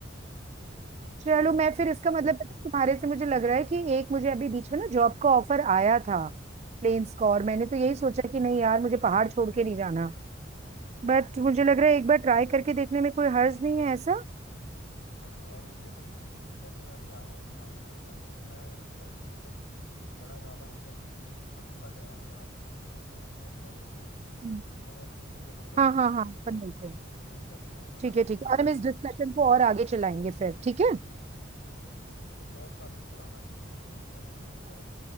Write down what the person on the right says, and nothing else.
चलो
मैं फिर इसका मतलब पता है, तुम्हारे से मुझे लग रहा है कि एक मुझे अभी बीच में ना जॉब का ऑफर आया था प्लेन्स
का और मैंने तो यही सोचा कि नहीं यार मुझे पहाड़ छोड़ के नहीं जाना
बट मुझे लग रहा है एक बार ट्राई करके देखने में कोई हर्ज नहीं है ऐसा
हम्म।
हाँ हाँ हाँ अपन मिलते हैं
ठीक है ठीक है और हम इस डिस्कशन को और आगे चलाएंगे फिर ठीक है